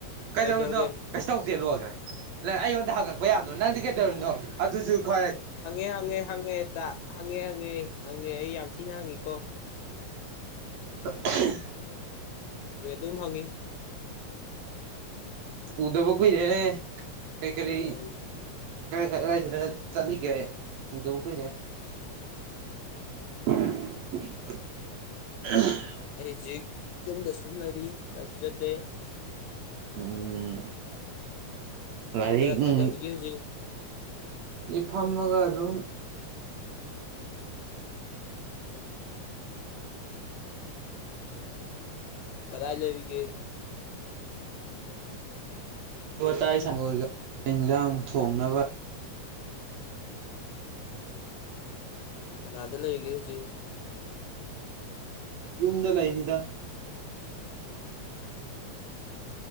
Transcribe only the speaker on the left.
ꯀꯩꯗꯧꯔꯒꯦ
ꯍꯪꯉꯦ ꯍꯪꯉꯦ ꯍꯪꯉꯦꯇ ꯍꯪꯉꯦ ꯍꯪꯉꯦ ꯍꯪꯉꯦ ꯑꯩ ꯌꯥꯝ ꯊꯤꯅ ꯍꯪꯉꯤꯀꯣ
<unintelligible>
ꯎꯝ
ꯑꯩ ꯍꯧꯖꯤꯛ ꯌꯨꯝꯗ ꯁꯨꯝꯂꯩꯔꯤ ꯀꯩꯁꯨ ꯆꯠꯇꯦ
ꯍ ꯀꯗ ꯀꯗꯧꯔꯤꯒꯦ
ꯍꯧꯖꯤꯛ
ꯀꯗꯥꯥꯏ ꯂꯩꯔꯤꯒꯦ
ꯀꯥꯅꯗ ꯂꯩꯔꯤꯒꯦ ꯍꯧꯖꯤꯛ
ꯎꯝ